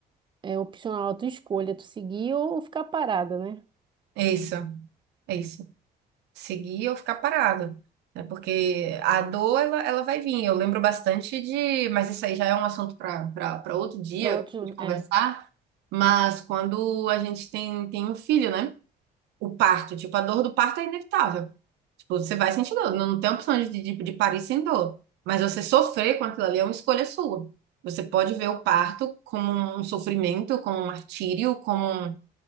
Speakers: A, on the right; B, on the right.
A: é opcional a tua escolha, tu seguir ou ficar parada, né?
B: isso, é isso. Seguir ou ficar parado. Né? Porque a dor, ela, ela vai vir. Eu lembro bastante de. Mas isso aí já é um assunto para outro dia,
A: Para outros,
B: de conversar.
A: é.
B: Mas quando a gente tem, tem um filho, né? O parto, tipo, a dor do parto é inevitável. Tipo, você vai sentir dor. Não não tem opção de, de, de parir sem dor. Mas você sofrer com aquilo ali é uma escolha sua. Você pode ver o parto como um sofrimento, como um martírio, como um,